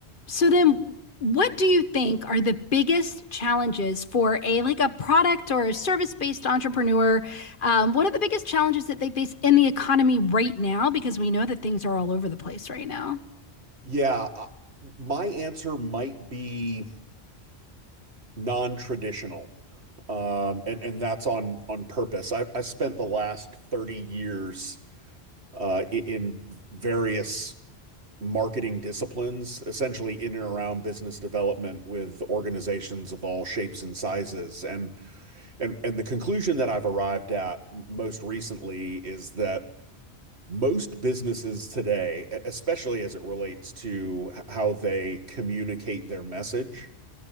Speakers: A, on the left (about 55°); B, on the right (about 85°).
A: So then, what do you think are the biggest challenges for a like a product or a service-based entrepreneur? Um, what are the biggest challenges that they face in the economy right now? Because we know that things are all over the place right now.
B: Yeah, uh, my answer might be non-traditional. Um, and, and that's on on purpose. I, I spent the last 30 years uh, i- in various marketing disciplines, essentially in and around business development with organizations of all shapes and sizes. And and and the conclusion that I've arrived at most recently is that most businesses today, e-, especially as it relates to how they communicate their message,